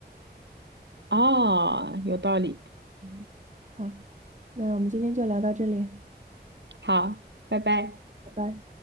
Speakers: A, on the right (about 85°); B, on the right (about 45°).
A: 哦，有道理。
B: 嗯，好，那我们今天就聊到这里，
A: 好，拜拜。
B: 拜拜。